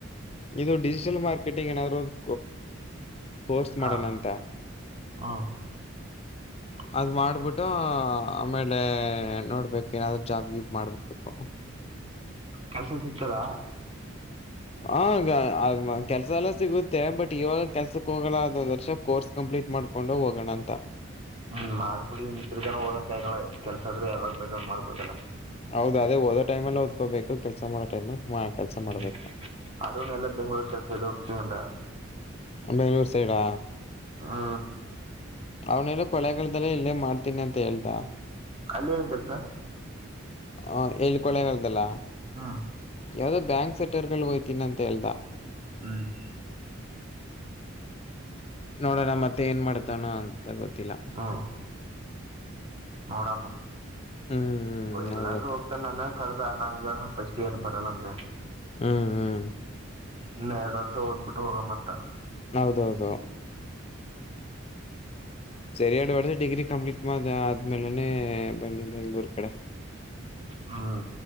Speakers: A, on the left; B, on the right.
A: ಇದು ಡಿಜಿಟಲ್ ಮಾರ್ಕೆಟಿಂಗ್ ಏನಾದ್ರು ಒಂದು. ಕೋರ್ಸ್ ಮಾಡೋಣಂತ.
B: ಹ ಹ್ಮ <inaudible>
A: ಅದು ಮಾಡ್ಬಿಟ್ಟು ಆಮೇಲೆ ನೋಡ್ಬೇಕು ಏನಾದರುೂ ಜಾಬ್ ಗಿಬ್ ಮಾಡಬೇಕು.
B: ಕೆಲ್ಸ ಸಿಗ್ತದಾ.
A: ಹಗ ಅ್ಮ ಕೆಲ್ಸ ಎಲ್ಲ ಸಿಗುತ್ತೆ ಬಟ್ ಇವಾಗ ಕೆಲ್ಸಕ್ ಹೋಗಲ್ಲ ಅದೊಂದ್ ವರ್ಷ ಕೋರ್ಸ್ ಕಂಪ್ಲೀಟ್ ಮಾಡ್. ಕೊಂಡು ಹೋಗೋಣ ಅಂತ.
B: ಹ್ಮ್ ಮಾಡ್ಬಿಡಿ ನಿ ತಿರುಗಾನ ಹೋದಕ್ ಆಗಲ್ಲ ಕೆಲ್ಸ ಆದ್ರೆ ಯಾವಾಗ ಬೇಕ್ ಮಾಡ್ಬಲ್ಲ.
A: ಹೌದ ಅದೇ ಓದ ಟೈಮಲ್ಲಿದಕೋಬೇಕ ಕೆಲಸ ಮಾಡೋ ಟೈಮಲ್ಲಿ. ಕೆಲ್ಸ
B: ಹ್ಮ್
A: ಮಾಡ್ಬೇಕು
B: ಅರ್ ಎಲ್ಲ ಬೆಂಗ್ಳೂರ್ ಕೆಲ್ಸ ಇದ ಹೋಗ್ತೀನ ಅಂತ.
A: ಬೆಂ್ಗಳೂರು ಸೈಡಾ.
B: ಹ.
A: ಅವ್ನಲ್ಲ ಕೊಳೆಗಳ್ದಲ್ಲ ಇಲ್ಲೇ ಮಾಡ್ತೀನಿ ಅಂತ ಹೇಳ್ತಾ.
B: ಅಲ್ಲಿ ಏನ್ ಕೆಲ್ಸ.
A: ಹ ಎಲ್ಲಿ ಕೊೊಳ್ಳೆಗ್ದಲ್ಲಾ.
B: ಹಾ-
A: ಯಾವ್ದೋ ಬ್ಯಾಂಕ್ ಸೆಟರ್ ಗಳು ಹಯ್ತೀನಿ ಅಂತ ಹೇಳ್ದಾ.
B: ಹ್ಮ್-
A: ನೋಡೋಣ ಮತ್ತೆ ಏನ್ ಮಾಡ್ತಾನ ಅಂತ ಗೊತ್ತಿಲ್ಲ.
B: ಹ್ಮ್ ನೋಡಮ್ಮ
A: ಹ್ಮ್
B: ಎಲ್ಲಾದ್ರೂ.
A: ಹೌದಪ್ಪಾ
B: ನನ್ನ ಕರ್ದ ನಾ ಈವಾಗ್ ಫಸ್ಟ್ ಇಯರ್ ಬರಲ್ಲ ಅಂದ.
A: ಹ್ಮ್ ಹ್ಮ್-
B: ಇನ್ನೆ ಎರಡು ವರ್ಷ ಓದ್ಬ ಬಿಟ್ಟು ಹೋಗಮ್ಮ ಅಂತ.
A: ಹೌದೌದು. ಸರಿಯಡು <inaudible> ಡಿಗ್ರಿ ಕಂಪ್ಲೀಟ್ ಮಾಡ ಆದ್ಮೇಲೆನೆ ಬನ್ನಿ ಬೆಂಗಳೂರ್ ಕಡೆ.
B: ಹ್ಮ್